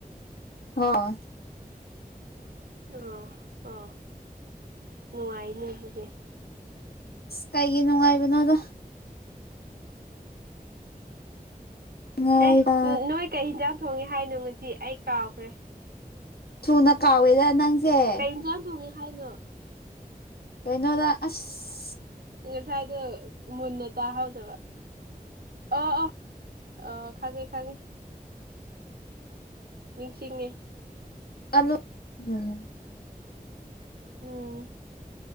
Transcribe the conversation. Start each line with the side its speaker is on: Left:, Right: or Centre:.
Left: ꯍ ꯑ
Right: ꯑꯣ ꯑꯥ ꯅꯨꯡꯉꯥꯏꯅꯦ ꯑꯗꯨꯗꯤ
Left: ꯀꯩꯒꯤ ꯅꯨꯡꯉꯥꯏꯕꯅꯣꯗ ꯉꯥꯏꯕ
Right: ꯑꯦ ꯅꯣꯏ ꯀꯩ ꯌꯦꯟꯁꯥꯡ ꯊꯣꯡꯉꯦ ꯍꯥꯏꯅꯣ ꯉꯁꯤ ꯑꯩ ꯀꯥꯎꯈ꯭ꯔꯦ
Left: ꯊꯨꯅ ꯀꯥꯎꯋꯦꯗ ꯅꯪꯁꯦ
Right: ꯌꯦꯟꯁꯥꯡ ꯊꯣꯡꯉꯤ ꯍꯥꯏꯅꯣ
Left: ꯀꯩꯅꯣꯗ ꯑꯁ
Right: ꯉꯁꯥꯏꯗꯣ ꯃꯨꯟꯅ ꯇꯥꯍꯧꯗꯕ ꯑꯣ ꯑꯣ ꯑ ꯈꯪꯉꯦ ꯈꯪꯉꯦ ꯅꯤꯡꯁꯤꯡꯉꯦ
Left: ꯑꯂꯣ ꯎꯝ
Right: ꯎꯝ